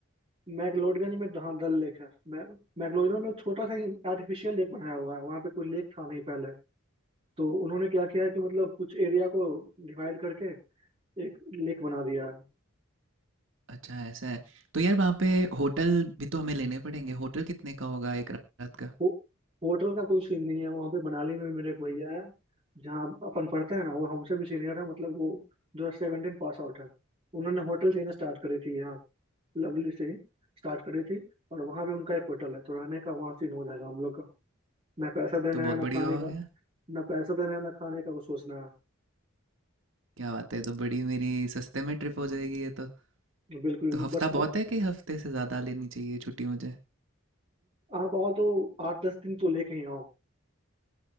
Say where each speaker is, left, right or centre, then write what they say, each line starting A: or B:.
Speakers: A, on the right; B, on the right.
A: मैक्लोडगंज में हाँ डल लेक है मै मैक्लोडगंज में छोटा सा ही आर्टिफिशियल लेक बनाया हुआ है वहाँ पे कोई लेक था नहीं पहले तो उन्होंने क्या किया है कि मतलब कुछ एरिया को डिवाइड करके एक लेक बना दिया है।
B: अच्छा ऐसा है तो यार वहाँ पे होटल भी तो हमें लेने पड़ेंगे होटल कितने का होगा एक रात का
A: हो, होटल का कोई सीन नहीं है वहां पे मनाली में मेरे एक भैया है जहाँ अपन पढ़ते हैं ना वो हमसे भी सीनियर है मतलब वो 2017 पास आउट है उन्होंने होटल चेन स्टार्ट करी थी यहाँ लवली से ही स्टार्ट करी थी और वहाँ भी उनका एक होटल है तो रहने का वहाँ सीन हो जाएगा हम लोग का ना पैसा देना
B: तो बहुत
A: है ना
B: बढ़िया
A: खाने
B: हो
A: का
B: गया
A: ना पैसा देना है ना खाने का वो सोचना
B: क्या बात है ये तो बड़ी मेरी सस्ते में ट्रिप हो जाएगी ये तो
A: है बिल्कुल
B: तो हफ्ता
A: बस ब,
B: बहुत है कि हफ्ते से ज़्यादा लेनी चाहिए छुट्टी मुझे?
A: आप आओ तो आठ दस दिन तो लेके ही आओ